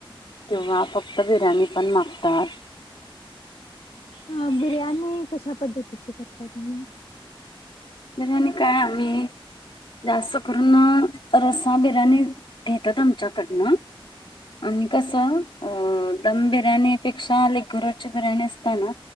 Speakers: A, on the left (about 60°); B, on the left (about 80°).
A: तेिंव्हा फक्त बिर्याणी पण मागतात
B: अ बिर्याणी कशा पद्धतीची करता तुम्ही
A: बिर्याणी काय आम्ही जास्त करून रसा बिर्याणी घेतात आमच्याकडनं आम् कसं दम बिर्याणीपेक्षा अक घरची बिर्याणी असतना